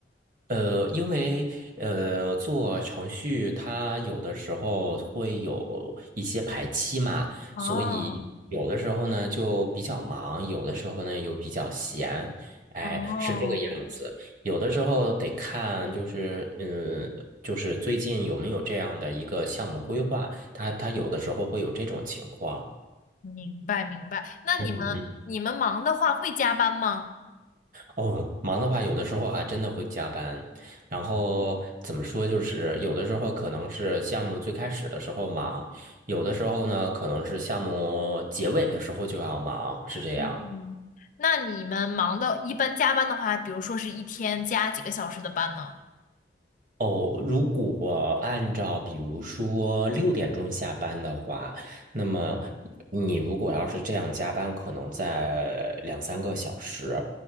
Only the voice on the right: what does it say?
呃，因为呃做程序，它有的时候会有一些排期嘛，
所以有的时候呢就比较忙，有的时候呢又比较闲，哎，
是这个样子。有的时候得看，就是嗯，就是最近有没有这样的一个项目规划，它它有的时候会有这种情况。
嗯哦，忙的话，有的时候还真的会加班。然后怎么说，就是有的时候可能是项目最开始的时候忙，有的时候呢，可能是项目结尾的时候就要忙，是这样。
哦，如果按照比如说六点钟下班的话，那么你如果要是这样加班，可能在两三个小时，